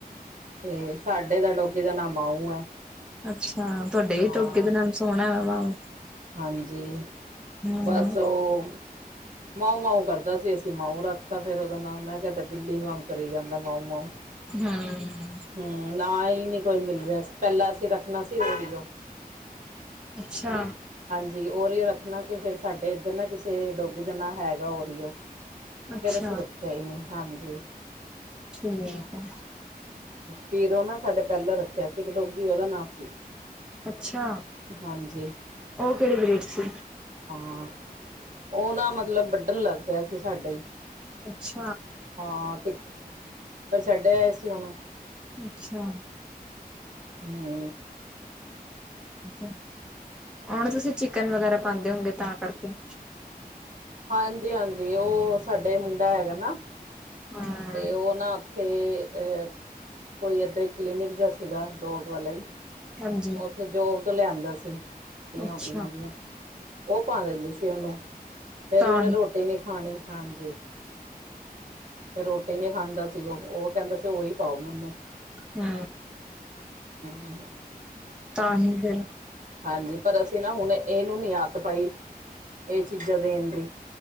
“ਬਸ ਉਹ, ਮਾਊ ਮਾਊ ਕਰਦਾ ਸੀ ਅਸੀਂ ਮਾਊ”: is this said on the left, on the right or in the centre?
Right